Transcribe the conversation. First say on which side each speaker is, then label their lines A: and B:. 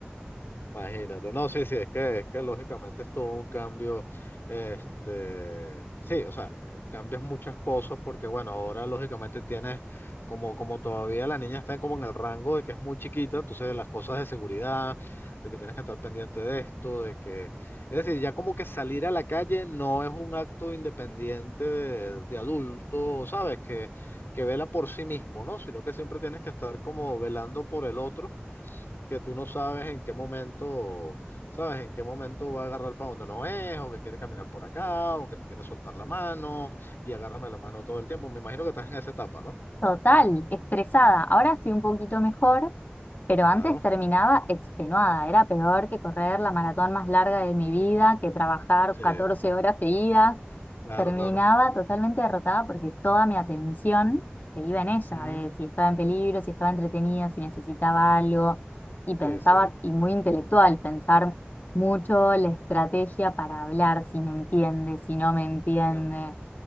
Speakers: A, on the left; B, on the left.
A: Imagínate, no, sí, sí, es que, es que lógicamente es todo un cambio, este, sí, o sea, eh, cambias muchas cosas porque, bueno, ahora lógicamente tienes, como, como todavía la niña está como en el rango de que es muy chiquita, entonces las cosas de seguridad, de que tienes que estar pendiente de esto, de que, es decir, ya como que salir a la calle no es un acto independiente de, de adulto, ¿sabes? Que, que vela por sí mismo, ¿no? Sino que siempre tienes que estar como velando por el otro que tú no sabes en qué momento, sabes en qué momento va a agarrar para donde no es, o que quiere caminar por acá, o que te quiere soltar la mano y agárrame la mano todo el tiempo. Me imagino que estás en esa etapa, ¿no?
B: Total, estresada. Ahora estoy un poquito mejor. Pero antes
A: Claro,
B: terminaba extenuada, era peor que correr la maratón más larga de mi vida, que trabajar
A: sí,
B: 14 horas seguidas.
A: claro,
B: Terminaba
A: claro.
B: totalmente derrotada porque toda mi atención se iba en ella,
A: Ujú,
B: de si estaba en peligro, si estaba entretenida, si necesitaba algo. Y pensaba,
A: Sí, sí,
B: y muy intelectual, pensar mucho la estrategia para hablar, si me entiende, si no me entiende.
A: claro,